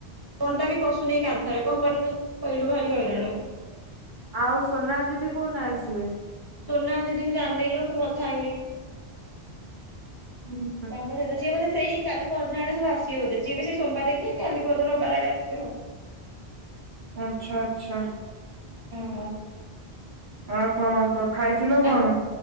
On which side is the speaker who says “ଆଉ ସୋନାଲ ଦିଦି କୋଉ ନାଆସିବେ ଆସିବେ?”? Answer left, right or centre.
Right